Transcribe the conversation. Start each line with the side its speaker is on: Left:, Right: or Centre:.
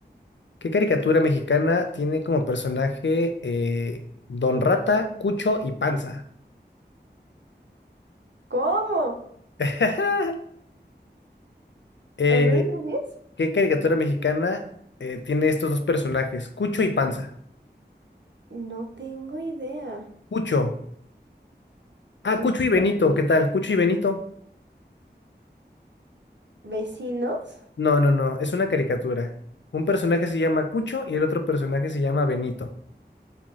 Left: ¿qué caricatura mexicana tiene como personaje eh, Don Rata, Cucho y Panza?
Right: ¿Cómo?
Left: <laughs> Eh,
Right: A ver otra vez.
Left: ¿qué caricatura mexicana eh, tiene estos dos personajes? Cucho y Panza.
Right: No tengo idea.
Left: Cucho. Ah,
Right: ¿Cucho?
Left: Cucho y Benito, ¿qué tal? Cucho y Benito.
Right: ¿Vecinos?
Left: No, no, no, es una caricatura. Un personaje se llama Cucho y el otro personaje se llama Benito.